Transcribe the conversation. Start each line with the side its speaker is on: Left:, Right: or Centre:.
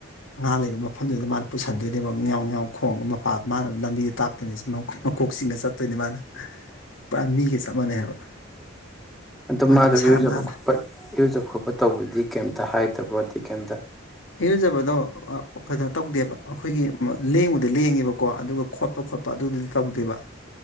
Left: ꯉꯥ ꯂꯩꯕ ꯃꯐꯝꯗꯨꯗ ꯃꯥꯅ ꯄꯨꯁꯟꯗꯣꯏꯅꯦꯕ ꯉꯥꯥꯎ ꯉꯥꯎ ꯈꯣꯡꯉꯒ ꯃꯄꯥ ꯃꯥꯅ ꯂꯝꯕꯤꯗ ꯇꯥꯛꯇꯣꯏꯅꯤ ꯃꯀꯣꯛ ꯆꯤꯡꯒ ꯆꯠꯇꯣꯏꯅꯦ ꯃꯥꯅ ꯄꯨꯔꯥ ꯃꯤꯒ ꯆꯞ ꯃꯥꯟꯅꯩ ꯍꯥꯏꯕ
Centre: ꯑꯣ
Left: ꯃꯥꯗꯤ
Centre: ꯃꯥꯗꯣ
Left: ꯃꯁꯥ
Centre: ꯌꯎꯖꯕ
Left: ꯌꯥꯝ ꯅꯥꯜꯂꯦ
Centre: ꯈꯣꯠꯄ ꯌꯨꯖꯕ ꯈꯣꯠꯄ ꯇꯧꯕꯗꯤ ꯀꯩꯝ ꯍꯥꯏꯗ꯭ꯔꯔꯕꯔꯀꯦꯟꯗ
Left: ꯏꯔꯨꯖꯕꯗꯣ ꯀꯩꯅꯣ ꯇꯧꯗꯦꯕ ꯑꯩꯈꯣꯏꯒꯤ ꯂꯦꯡꯕꯗ ꯂꯦꯡꯉꯦꯕꯀꯣ ꯑꯗꯨꯒ ꯈꯣꯠꯄ ꯈꯣꯠꯄ ꯑꯗꯨꯗꯗꯤ ꯇꯧꯗꯦꯕ